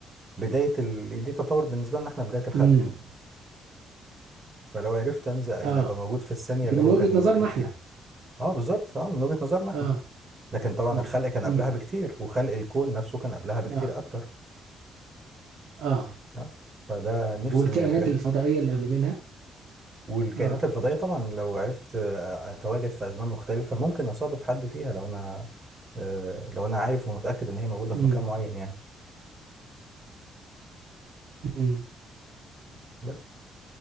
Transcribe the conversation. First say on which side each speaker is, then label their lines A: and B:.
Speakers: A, on the right (about 35°); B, on the right (about 75°).
A: بداية ال... دي تعتبر بالنسبة لنا احنا بداية الخلق
B: امم
A: فلو عرفت انزل يعني
B: اه
A: ابقى موجود في الثانيه
B: دي
A: اللي
B: من
A: هو
B: وجهة
A: كان
B: نظرنا
A: موجود
B: احنا
A: فيها اه بالظبط اه من وجهه نظرنا احنا
B: اه
A: لكن طبعا
B: امم
A: الخلق كان قبلها
B: امم
A: بكتير وخلق الكون نفسه كان قبلها بكتير
B: اه
A: اكتر
B: اه
A: اه فده نفسي
B: والكائنات
A: من الحاجات
B: الفضائية اللي قبل منها
A: والكائنات
B: اه
A: الفضائيه طبعا لو عرفت آه، اتواجد في ازمان مختلفه ممكن اصادف حد فيها لو انا آه، لو انا عارف ومتاكد ان هي موجوده في
B: امم
A: مكان معين يعني
B: امم
A: بس